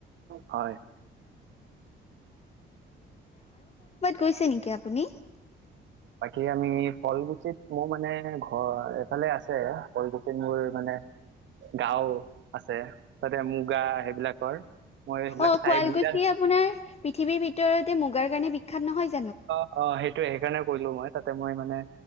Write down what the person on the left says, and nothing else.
গেছে নেকি আপুনি?
অ
শুৱালকুছি
আপোনাৰ পৃথিৱীৰ ভিতৰতে মুগাৰ কাৰণে বিখ্যাত নহয় জানো?